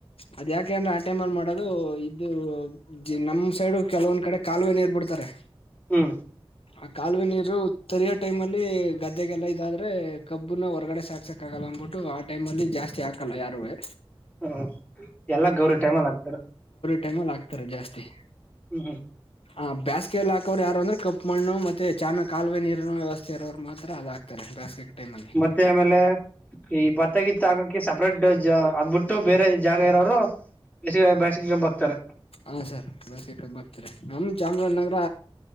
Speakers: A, on the left; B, on the left.
A: ಅದ ಯಕ ಯಾಕೆಂದ್ರೆ ಆ ಟೈಮ್ ಅಲ್ಲಿ ಮಾಡೋದು ಇದು ನಮ್ ಸೈಡ್ ಕೆಲವೊಂದ್ ಕಡೆ ಕಾಲುವೆ ನೀರ್ ಬಿಡ್ತಾರೆ
B: ಹ್ಞೂ
A: ಆ ಕಾಲುವೆ ನೀರು ತರಿಯೋ ಟೈಮ್ ಅಲ್ಲಿ ಗದ್ದೆಗೆಲ್ಲಾ ಇದಾದ್ರೆ ಕಬ್ಬ ಇಬ್ನ್ನ ಹೊರಗಡೆ ಸಾಕ್ಸಕ್ ಆಗಲ್ಲ ಅಂದ್ಬಿಟ್ಟು ಆ ಟೈಮ ಅಲ್ಲಿ ಜಾಸ್ತಿ ಹಾಕಲ್ಲ ಯಾರುವೆ
B: ಹ್ಮ ಎಲ್ಲ ಗೌರಿ ಟೈಮಲ್ ಆಗ್ತಾರ
A: ಟೈಮಲ್ಲಿ ಆಗ್ತಾರೆ ಜಾಸ್ತಿ
B: ಹ್ಮ್ಮ
A: ಹ ಬೇಸ್ಗೆಲ್ಲಿ ಹಾಕೋರ್ ಯಾರುಂದ್ರ ಕಪ್ ಮಣ್ಣ ಮತ್ತೆ ಚನ್ನಗಿ ಕಾಲುವೆ ನೀರುನ ವ್ಯವಸ್ಥೆ ಇರೋರು ಮಾತ್ರ ಅದಾ ಇ ಬಾಸಸ್ಕ್ ಟೈಮ ಅಲ್ಲಿ
B: ಮತ್ತ ಆಮೇಲೆ ಈ ಭತ್ತಗಿತ್ತು ಹಾಕಕಕ್ಕೆ ಸಪ್ರೇಟ್ ಅದ್ಬಿಟ್ಟು ಬೇರೆ ಜಾಗ ಇರೋವ್ರು ಬೇಸಗೆ ಕಬ್ಬ ಹಾಕ್ತಾರೆ
A: ಹಾ ಸರ್ ಬೇಸಗೆ ಕಬ್ಬ ಹಾಕ್ತಾರೆ ನಮ್ಮ ಚಾಮರಾಜನಗರ